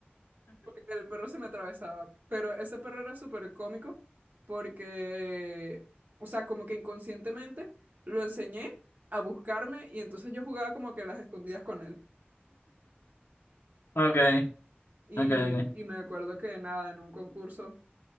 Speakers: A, on the right; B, on the left.
A: porque el perro se me atravesaba. Pero ese perro era súper cómico porque, o sea, como que inconscientemente lo enseñé a buscarme y entonces yo jugaba como que las escondidas con él.
B: Ok,
A: Y,
B: ok, ok.
A: y me acuerdo que nada, en un concurso